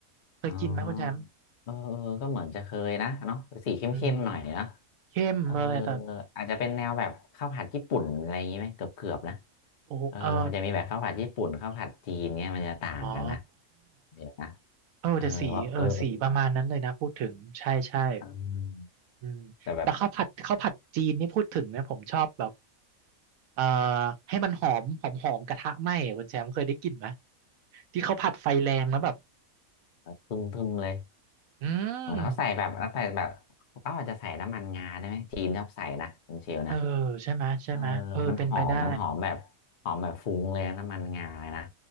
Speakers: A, on the right (about 80°); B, on the left (about 50°).
A: เคยกินไหมคุณแชมป์
B: อ๋อเออเออก็เหมือนจะเคยนะเนาะสีเข้มๆหน่อยนะ
A: อืมเข้มเลยแต่
B: เอออาจจะเป็นแนวแบบข้าวผัดญี่ปุ่นอะไรอย่างงี้ไหมเกือบๆนะ
A: โอ้โหเออ
B: เออมันจะมีแบบข้าวผัดญี่ปุ่นข้าวผัดจีนเนี่ยมันจะต่างกันนะ
A: อ๋อ
B: เดี๋ยวนะ
A: เออแต่สีเออสีประมาณนั้นเลยนะพูดถึงใช่ใช่
B: เออว่าเออเออ
A: อืมแต่ข้าวผัดข้าวผัดจีนนี่พูดถึงเนี่ยผมชอบแบบ
B: แต่แบบ
A: เอ่อให้มันหอมหอมหอมกระทะไหม้อะคุณแชมป์เคยได้กลิ่นไหมที่เขาผัดไฟแรงแล้วแบบ
B: ทึมๆเลย
A: อืม
B: เหมือนเขาใส่แบบแล้วใส่แบบเขาอาจจะใส่น้ำมันงาได้ไหมจีนชอบใส่นะคุณเชลนะ
A: เออใช่ไหมใช่ไหมเออเป็นไปได้
B: เออมันหอมมันหอมแบบหอมแบบฟุ้งเลยนะน้ำมันงาเลยนะ